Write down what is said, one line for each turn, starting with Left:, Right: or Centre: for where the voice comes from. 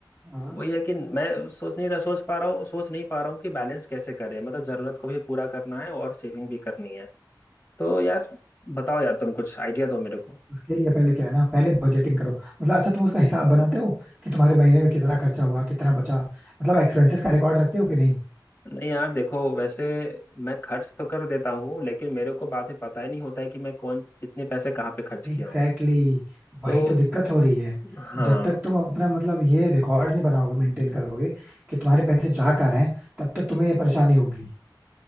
Right: हाँ
Left: वही है कि मैं सोच नहीं रहा सोच पा रहा हूँ सोच नहीं पा रहा हूँ कि बैलेंस कैसे करें मतलब जरूरत को भी पूरा करना है और सेविंग भी करनी है तो यार बताओ यार तुम कुछ आइडिया दो मेरे को
Right: उसके लिए पहले क्या है ना पहले बजटिंग करो मतलब अच्छा तुम उसका हिसाब बनाते हो कि तुम्हारे महीने में कितना खर्चा हुआ कितना बचा मतलब एक्सपेंसेस का रिकॉर्ड रखते हो कि नहीं
Left: नहीं यार देखो वैसे मैं खर्च तो कर देता हूँ लेकिन मेरे को बाद में पता ही नहीं होता है कि मैं कौन कितने पैसे कहाँ पे खर्च
Right: एग्जैक्टली
Left: किया हूँ
Right: exactly,
Left: तो
Right: वही तो दिक्कत हो रही है
Left: हाँ
Right: जब तक तुम अपना मतलब ये रिकॉर्ड नहीं बनाओगे मेंटेन करोगे कि तुम्हारे पैसे जा कहाँ रहे हैं तब तक तुम्हें ये परेशानी होगी